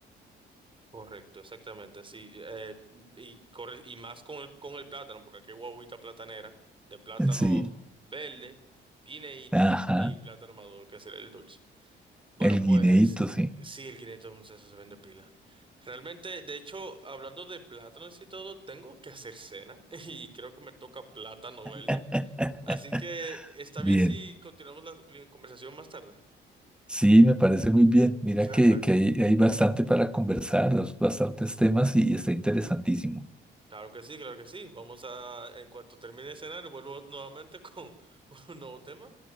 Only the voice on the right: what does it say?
Correcto, exactamente, sí, eh, y, corre- y más con el, con el plátano, porque aquí hay guaguita platanera de plátano
verde, guineíto
y plátano maduro, que será el dulce. Bueno,
pues
sí, el 511 se vende pila. Realmente, de hecho, hablando de plátanos y todo, tengo que hacer cena <laughs> y creo que me toca plátano verde.
Así que está bien
si continuamos la, la conversación más tarde.
Perfecto.
Ujú.
Claro que sí, claro que sí. Vamos a, en cuanto termine de cenar, vuelvo nuevamente con <laughs> un nuevo tema.